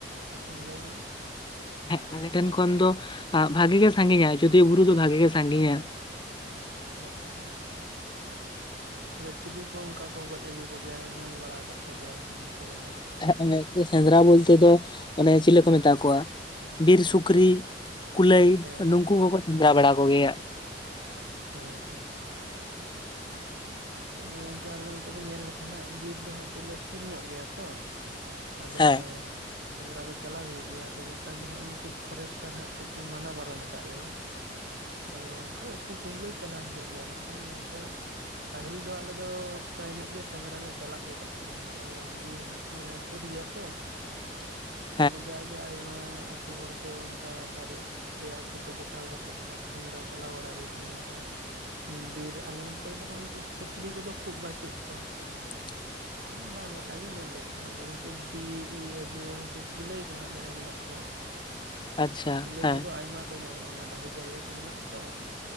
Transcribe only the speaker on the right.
ᱦᱮᱸ ᱞᱟᱹᱭ <unintelligible>
ᱟᱪᱪᱷᱟ᱾ ᱟᱫᱚ ᱪᱤᱞᱤ ᱠᱚ ᱚᱝᱠᱟ ᱠᱚ ᱜᱚᱡ ᱟᱹᱜᱩ ᱠᱚ ᱜᱮᱭᱟ ᱧᱮᱞ ᱵᱟᱲᱟ ᱠᱟᱜ ᱠᱚ ᱜᱮᱭᱟ ᱵᱤᱱ ᱥᱮ ᱵᱟᱝᱟ?
ᱦᱮᱸ
ᱦᱮᱸ
ᱦᱮᱸ ᱦᱮᱸ ᱟᱫᱚ ᱜᱚᱝᱠᱮ ᱟᱞᱮ ᱱᱚᱛᱮ ᱫᱚ ᱧᱮᱞ ᱞᱮᱠᱷᱟᱱ ᱦᱟᱸᱜ ᱵᱤᱨ ᱫᱚ ᱦᱟᱸᱜ ᱠᱟᱹᱡ ᱞᱮ ᱥᱩᱨ ᱧᱚᱜ ᱜᱮᱭᱟ ᱛᱚ ᱟᱫᱚ
ᱥᱮᱸᱫᱽᱨᱟ ᱫᱚ ᱪᱟᱞᱟᱣ ᱦᱩᱭᱩᱜ ᱜᱮᱭᱟ ᱟᱫᱚ ᱱᱮᱛᱟᱨ ᱫᱚ ᱦᱟᱸᱜ ᱱᱩᱠᱩ ᱯᱷᱚᱨᱮᱥᱴᱟᱨ ᱦᱟᱸᱜ ᱠᱟᱹᱡ ᱠᱚ ᱢᱟᱱᱟ ᱵᱟᱨᱚᱱ ᱠᱟᱫ ᱞᱮᱭᱟ
ᱟᱫᱚ ᱚᱱᱠᱟ ᱩᱠᱩ ᱠᱩᱢᱵᱽᱲᱩ ᱪᱟᱞᱟᱣ ᱦᱩᱭᱩᱜ ᱜᱮᱭᱟ ᱵᱟᱝᱠᱷᱟᱱ ᱜᱚᱝᱠᱮ ᱯᱟᱦᱤᱞ ᱫᱚ ᱟᱞᱮ ᱫᱚ ᱯᱨᱟᱭ ᱧᱚᱜ ᱜᱮ ᱥᱮᱸᱫᱽᱨᱟ ᱞᱮ ᱪᱟᱞᱟᱜ ᱜᱮ ᱛᱟᱦᱮᱸᱫᱱᱟ ᱵᱤᱨ ᱦᱟᱸᱜ ᱥᱩᱨ ᱜᱮᱭᱟ ᱛᱚ
ᱟᱫᱚ ᱡᱟᱜᱮ ᱟᱭᱢᱟ ᱟᱛᱩ ᱦᱚᱲ ᱠᱚ ᱚᱱᱠᱟ ᱵᱟᱨ ᱯᱮᱭᱟ ᱟᱛᱩ ᱠᱚ ᱡᱚᱴᱟᱣ ᱠᱟᱛᱮᱫ ᱦᱟᱸᱜ ᱥᱮᱸᱫᱽᱨᱟ ᱪᱟᱞᱟᱣ ᱵᱟᱲᱟ ᱦᱩᱭᱩᱜ ᱜᱮᱭᱟ ᱱᱚᱝᱠᱟ ᱵᱤᱨ ᱟᱞᱮ ᱱᱚᱛᱮ ᱫᱚ ᱦᱟᱸᱜ ᱩᱱᱠᱩ ᱥᱩᱠᱨᱤ ᱠᱚᱫᱚ ᱠᱷᱩᱵ ᱵᱟᱪᱩᱜ ᱠᱚᱣᱟ
ᱢᱟᱱᱮ ᱵᱟᱝ ᱞᱮᱠᱟ ᱜᱮ ᱞᱟᱹᱭ ᱞᱮᱠᱷᱟᱱ ᱟᱫᱚ ᱱᱩᱠᱩ ᱤᱭᱟᱹ ᱱᱩᱠᱩ ᱠᱩᱞᱟᱹᱭ ᱠᱚ ᱦᱟᱸᱜ ᱡᱟᱦᱟᱸᱭ ᱢᱮᱱᱟᱜ ᱠᱚᱣᱟ
ᱠᱩᱞᱟᱹᱭ
ᱠᱚᱫᱚ ᱟᱭᱢᱟ ᱠᱚ ᱧᱟᱢᱚᱜ-ᱟ ᱚᱱᱟ ᱰᱟᱦᱤ ᱡᱟᱭᱜᱟ ᱠᱚ ᱢᱮᱱᱟᱜ-ᱟ ᱛᱚ